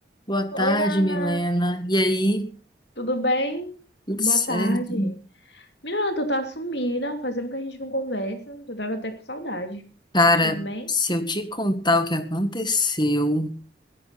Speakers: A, on the left (about 25°); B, on the left (about 70°).
A: Boa tarde,
B: Oi, Ana,
A: Milena. E aí?
B: tudo bem?
A: Tudo
B: Boa
A: certo?
B: tarde. Menina, tu tá sumida, faz tempo que a gente não conversa, tu tava até com saudade.
A: Cara,
B: Tudo bem?
A: se eu te contar o que aconteceu,